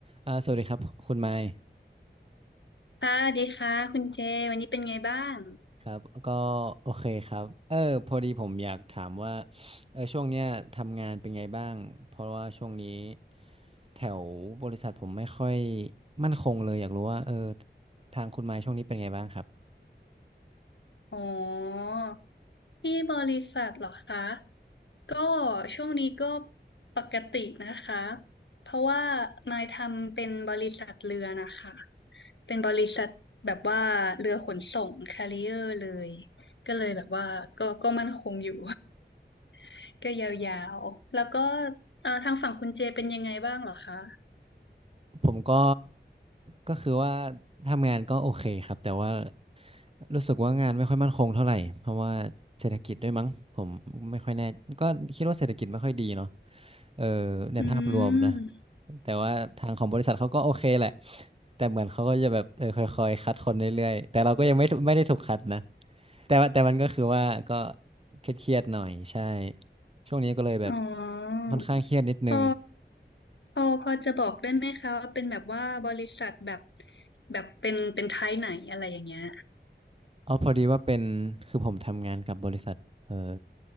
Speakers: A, on the right (about 30°); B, on the left (about 75°).
A: อ่าสวัสดีครับคุณไมค์
B: ค่ะสวัสดีค่ะคุณเจวันนี้เป็นไงบ้าง
A: ครับก็โอเคครับเออพอดีผมอยากถามว่าเออช่วงเนี้ยทำงานเป็นไงบ้างเพราะว่าช่วงนี้แถวบริษัทผมไม่ค่อยมั่นคงเลยอยากรู้ว่าเออทางคุณไมค์ช่วงนี้เป็นไงบ้างครับ
B: อ๋อที่บริษัทเหรอคะ ก็ช่วงนี้ก็ปกตินะคะ เพราะว่านายทำเป็นบริษัทเรือนะคะเป็นบริษัทแบบว่าเรือขนส่งแคริเออร์เลย ก็เลยแบบว่าก็ก็มั่นคงอยู่ <laughs> ก็ยาวๆแล้วก็เอ่อทางฝั่งคุณเจเป็นยังไงบ้างเหรอคะ
A: ผมก็ก็คือว่าทำงานก็โอเคครับแต่ว่ารู้สึกว่างานไม่ค่อยมั่นคงเท่าไหร่เพราะว่าเศรษฐกิจด้วยมั้งผมไม่ค่อยแน่ก็คิดว่าเศรษฐกิจไม่ค่อยดีเนาะเออในภาพรวมนะ
B: อืม
A: แต่ว่าทางของบริษัทเขาก็โอเคแหละแต่เหมือนเขาก็จะแบบเออค่อยๆคัดคนเรื่อยๆแต่เราก็ยังไม่ถูกไม่ได้ถูกคัดนะแต่ว่าแต่มันก็คือว่าก็เครียดๆหน่อยใช่ช่วงนี้ก็เลยแบบ
B: อ๋อ
A: ค่อนข้างเครียดนิดนึง
B: พอ พอพอจะบอกได้ไหมคะว่าเป็นแบบว่าบริษัทแบบแบบเป็นเป็นไทยไหนอะไรอย่างเงี้ย
A: อ๋อพอดีว่าเป็นคือผมทำงานกับบริษัทเอ่อ